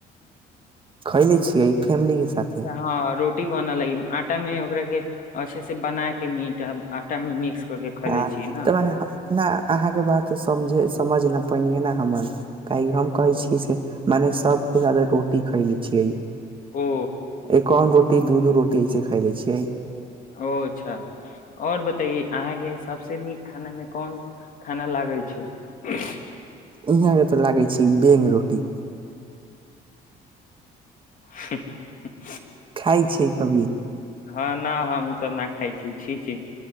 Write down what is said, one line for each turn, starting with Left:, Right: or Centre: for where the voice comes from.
Right: खैले छियै फैमिली के साथे
Left: हँ रोटी बनल अइ आटा में ओकरा के अच्छे से बना के मीट आ आटा मे मिक्स कर के खैले
Right: ह
Left: छी न
Right: तऽ मने ह न अहाँके बात त समझ समझ ने पनियै ने हमर काहेकि हम कहै
Left: ओ
Right: छी से मने सब से जादे रोटी खैले छियै
Left: ओ
Right: एक कोन रो टी दूध रोटी जे छै से खयले छियै
Left: ओ अच्छा आओर बताइए अहाँके सबसे नीक खाना मे कोन खाना लाग करय छै।
Right: इहाँ के त लागै छै। बेंग रोटी
Left: ह्म ह्म
Right: खाइ छी। कभी
Left: ह न हम ओ सब न खाइ छी, छी, छी,